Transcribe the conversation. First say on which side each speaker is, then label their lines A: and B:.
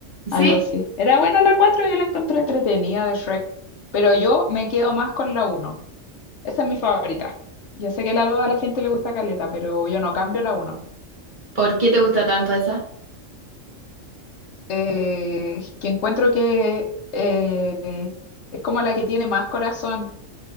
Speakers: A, on the right; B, on the left.
A: Sí,
B: algo así. Era buena la 4, yo la encontré entretenida de Shrek, pero yo me quedo más con la uno. Esa es mi favorita. Yo sé que la 2 a la gente le gusta caleta, pero yo no cambio la uno
A: ¿por qué te gusta tanto esa?
B: Eh, que encuentro que eh, es como la que tiene más corazón,